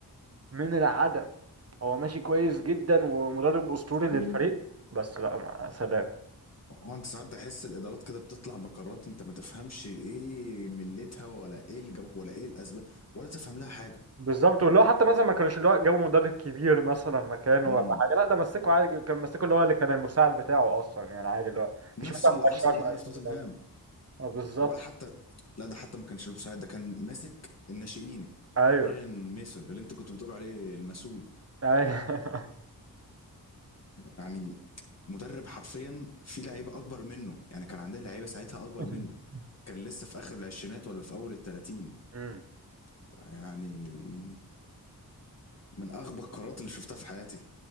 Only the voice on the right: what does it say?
من العدم هو ماشي كويس جدا ومدرب اسطوري للفريق
بس لا مع سلام
بالظبط واللي هو حتى مثلا ما كانوش اللي هو جابوا مدرب كبير مثلا مكانه
ولا حاجه لا ده مسكه عادي كان مسكه اللي هو اللي كان المساعد بتاعه اصلا يعني عادي اللي هو
مش مثلا
مشاه عشان
يجيب
مدرب اه بالظبط
ايوه
ايوه
<laughs>
امم